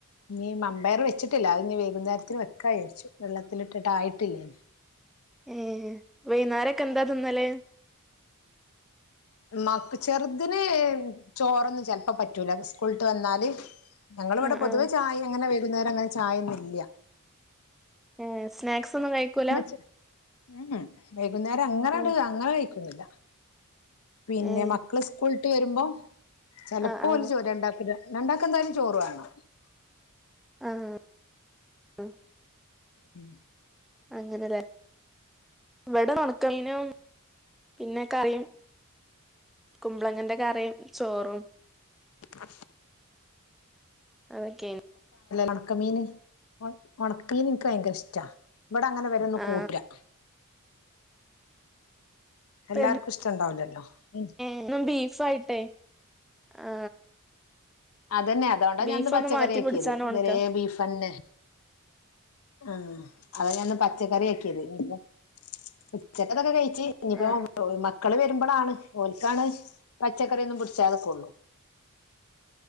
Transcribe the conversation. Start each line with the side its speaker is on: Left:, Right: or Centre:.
Left: ഇനി മം വേറെ വെച്ചിട്ടില്ല അതിനി വൈകുന്നേരത്തിന് വെക്കാ വിചാരിച്ചു വെള്ളത്തിലിട്ടിട്ട് ആയിട്ടില്ലേ
Centre: ഏ വൈന്നേരം ക്കെന്താ തിന്നല്
Left: മക്ക് ചെറുതിന് ചോറൊന്നും ചെലപ്പോ പറ്റൂല സ്കൂളിട്ട് വന്നാല് ഞങ്ങളിവിടെ
Centre: ആ
Left: പൊതുവേ
Centre: ആ
Left: ചായ അങ്ങനെ വേ കുന്നേരങ്ങന ചായൊന്നും ഇല്ല
Centre: ഏ സ്നാക്സ് ഒന്നും കഴിക്കൂല
Left: ചെ ഉം വെ വൈകുന്നേരം അങ്ങനെ അടി
Centre: ഏ
Left: അങ്ങനെ കഴിക്കുന്നില്ല പിന്നെ
Centre: ഏ
Left: മക്കള് സ്കൂൾ വിട്ട് വരുമ്പോ ചെലപ്പോല്
Centre: ആ ആ
Left: ചോരുണ്ടാക്കില്ല രണ്ടാക്കെന്തായാലും ചോറ് വേണം
Centre: ആ ആ ആ
Left: ഉം
Centre: അങ്ങനല്ലേ ഇവിട ഒണക്കമീനും പിന്നെ കറിയും കുമ്പളങ്ങന്റെ കറിയും ചോറും
Left: ആ
Centre: അതൊക്കെയ്നി
Left: ഉണക്കമീന് ഉണക്കമീൻ എനിക്ക് ഭയങ്കര ഇഷ്ടാ ഇവിടെ അങ്ങനെ വരന്ന്
Centre: ആ
Left: കൂട്ടരാ
Centre: ഇപ്പ
Left: എല്ലാർക്കും ഇഷ്ടണ്ടാവില്ലല്ലോ ഉം
Centre: എന്നും ബീഫായിട്ടേ ആ
Left: അതന്നെ അതുകൊണ്ടാ
Centre: ബീഫ്
Left: ഞാനിന്ന് പച്ചക്കറി
Centre: ഒന്ന് മാറ്റി
Left: ആക്കിയത്
Centre: പിടിച്ചാണ്
Left: ഇത്
Centre: ഉണക്കം
Left: വരെ ബീഫന്നെ ആ അതന്ന് പ പച്ചക്കറി ആക്കിയത് ഇപ്പോ ഉച്ചക്കൊക്കെ കഴ ഇനിയിപ്പോ
Centre: ആ
Left: മക്കള് വരുമ്പോളാണ് ഓൽക്കാണ് പച്ചക്കറിയൊന്നും പിടിച ഉള്ളു